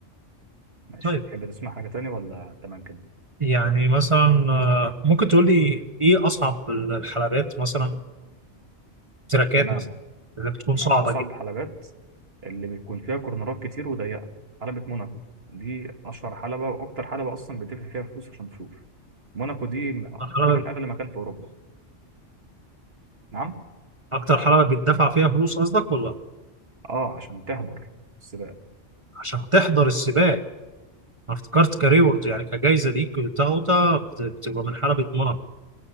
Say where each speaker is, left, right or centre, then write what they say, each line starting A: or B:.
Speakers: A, on the right; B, on the right.
A: ماشي
B: طيب
A: تحب تسمع حاجه تاني ولا تمام كده
B: يعني مثلا آه، ممكن تقول لي ايه اصعب الحلبات مثلا تراكات
A: تمام
B: مثلا اللي بتكون
A: تمام
B: صعبه
A: أصعب
B: جدا
A: حلبات اللي بيكون فيها كورنرات كتير وضيقة حلبة موناكو دي أشهر حلبة وأكتر حلبة أصلا بتدفع فيها فلوس عشان تشوف موناكو دي م-
B: الحلبه
A: تقريبا أغلى مكان في أوروبا نعم
B: اكتر حلبة بيدفع فيها فلوس قصدك ولا
A: اه عشان تحضر السباق
B: عشان تحضر السباق انا افتكرت كريورد يعني كجايزة ليك بتاخدها بت- بتبقى من حلبة موناكو